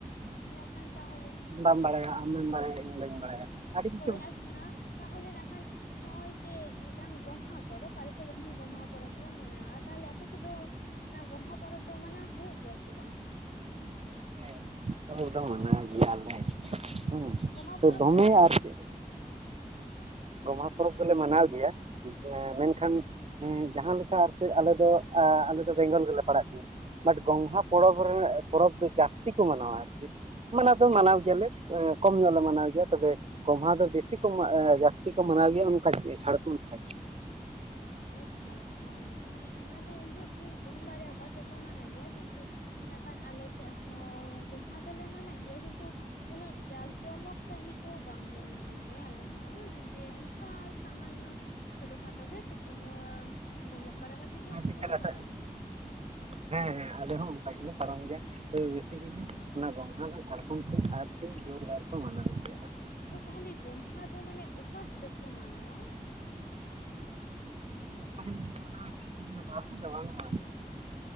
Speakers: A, on the left; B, on the right.
A: ᱢᱮᱱᱟᱜ ᱠᱷᱟᱱ ᱛᱟᱦᱚᱞᱮ
B: ᱵᱟᱢ ᱵᱟᱲᱟᱭᱟ ᱟᱢᱮᱢ ᱵᱟᱲᱟᱭᱟ ᱤᱧ ᱵᱟᱹᱧ ᱵᱟᱲᱟᱭᱟ ᱟᱹᱰᱤ ᱠᱤᱪᱷᱩ
A: ᱦᱳᱭ ᱟᱪᱪᱷᱟ ᱛᱟᱦᱚᱞᱮ ᱱᱟᱜ ᱠᱷᱟᱱ ᱱᱚᱜᱼᱚᱭ ᱡᱮ ᱢᱤᱫᱴᱟᱝ ᱜᱚᱢᱦᱟ ᱯᱚᱨᱚᱵᱽ ᱟᱞᱮ ᱥᱮᱫ ᱜᱚᱢᱦᱟ ᱯᱚᱨᱚᱵᱽ ᱞᱮ ᱢᱟᱱᱟᱣᱟ ᱛᱟᱦᱚᱞᱮ ᱟᱯᱮᱥᱮᱫ ᱫᱚ ᱚᱱᱟ ᱜᱚᱢᱦᱟ ᱯᱚᱨᱚᱵᱽ ᱫᱚ ᱢᱟᱱᱟᱣ ᱦᱩᱭᱩᱜ ᱜᱮᱭᱟ ᱥᱮ ᱵᱟᱝ?
B: ᱦᱮᱸ ᱚᱱᱟ ᱫᱚ ᱢᱟᱱᱟᱣ ᱜᱮᱭᱟᱞᱮ ᱾ ᱦᱩᱸ,
A: ᱜᱚᱢᱦᱟ
B: ᱛᱚ
A: ᱯᱚᱨᱚᱵᱽ
B: ᱫᱚᱢᱮ
A: ᱯᱮ
B: ᱟᱨ ᱪᱮᱫ ᱜᱚᱢᱦᱟ ᱯᱚᱨᱚᱵᱽ ᱫᱚᱞᱮ ᱢᱟᱱᱟᱣ ᱜᱮᱭᱟ ᱢᱮᱱᱠᱷᱟᱱ ᱡᱟᱦᱟᱸ ᱞᱮᱠᱟ ᱟᱨ ᱪᱮᱫ ᱟᱞᱮ ᱫᱚ ᱟᱞᱮ ᱫᱚ ᱵᱮᱝᱜᱚᱞ ᱜᱮᱞᱮ ᱯᱟᱲᱟᱜ ᱠᱟᱱᱟ ᱵᱟᱴ ᱜᱚᱢᱦᱟ ᱯᱚᱨᱚᱵᱽ ᱨᱮᱱᱟᱜ ᱯᱚᱨᱚᱵᱽ ᱫᱚ ᱡᱟᱹᱥᱛᱤ ᱠᱚ ᱢᱟᱱᱟᱣᱟ ᱟᱨ ᱪᱮᱫ ᱢᱟᱱᱟᱣ ᱫᱚ ᱢᱟᱱᱟᱣ ᱜᱮᱭᱟᱞᱮ ᱠᱚᱢ ᱧᱚᱜ ᱞᱮ ᱢᱟᱱᱟᱣ ᱜᱮᱭᱟ ᱛᱚᱵᱮ ᱜᱚᱢᱦᱟ ᱫᱚ ᱵᱮᱥᱤ ᱠᱚᱢ ᱡᱟᱹᱥᱛᱤ ᱡᱟᱹᱥᱛᱤ ᱠᱚ ᱢᱟᱱᱟᱣ ᱜᱮᱭᱟ ᱚᱱᱠᱟ ᱡᱷᱟᱲᱠᱷᱚᱸᱰ ᱥᱟᱭᱤᱰ
A: ᱚ ᱡᱷᱟᱲᱠᱷᱚᱸᱰ ᱦᱮᱸ ᱚᱱᱟ ᱫᱚ ᱤᱧᱦᱚᱸ ᱴᱷᱤᱠ ᱵᱟᱹᱧ ᱵᱟᱲᱟᱭᱟ ᱚᱠᱟ ᱥᱮᱫ ᱠᱚ ᱢᱟᱱᱟᱣ ᱜᱮᱭᱟ ᱠᱤᱱᱛᱩ ᱢᱮᱱᱠᱷᱟᱱ ᱟᱞᱮ ᱥᱮᱫ ᱦᱚᱸ ᱜᱚᱢᱦᱟ ᱫᱚᱞᱮ ᱢᱟᱱᱟᱣ ᱜᱮᱭᱟ ᱠᱤᱱᱛᱩ ᱩᱱᱟᱹᱜ ᱡᱟᱠ ᱡᱚᱢᱚᱠ ᱥᱟᱺᱦᱤᱡ ᱫᱚ ᱵᱟᱝᱞᱮ ᱢᱟᱱᱟᱣ ᱜᱮᱭᱟ ᱟᱞᱮ ᱦᱚᱸ ᱡᱮ ᱚᱱᱠᱟ ᱥᱟᱢᱟᱱᱱᱚ ᱪᱷᱚᱴᱳ ᱠᱷᱟᱴᱚ ᱜᱮ ᱯᱤᱴᱷᱟᱹ ᱠᱚ ᱰᱳᱢᱵᱚᱜ ᱵᱟᱲᱟ ᱠᱟᱛᱮᱜ ᱜᱮ ᱚᱱᱠᱟ
B: ᱦᱮᱴᱟᱜ
A: ᱜᱮᱞᱮ ᱯᱟᱨᱚᱢᱟ
B: ᱦᱮᱸ ᱦᱮᱸ ᱟᱞᱮ ᱦᱚᱸ ᱚᱱᱠᱟ ᱜᱮᱞᱮ ᱯᱟᱨᱚᱢ ᱜᱮᱭᱟ᱾ ᱵᱮᱥᱤ ᱡᱩᱫᱤ ᱚᱱᱟ ᱜᱚᱢᱦᱟ ᱫᱚ ᱡᱷᱟᱲᱠᱷᱚᱸᱱᱰ ᱥᱮᱫ ᱟᱹᱰᱤ ᱡᱳᱨᱫᱟᱨ ᱠᱚ ᱢᱟᱱᱟᱣ ᱜᱮᱭᱟ᱾ ᱪᱮᱫ
A: ᱚ ᱛᱟᱦᱚᱞᱮ ᱜᱚᱢᱦᱟ ᱫᱚ ᱢᱟᱱᱮ ᱚᱠᱟ ᱦᱤᱞᱚᱜ ᱠᱚ ᱢᱟᱱᱟᱣᱟ?
B: ᱴᱷᱤᱠᱟᱹᱱ ᱵᱟᱹᱱᱩᱜᱼᱟ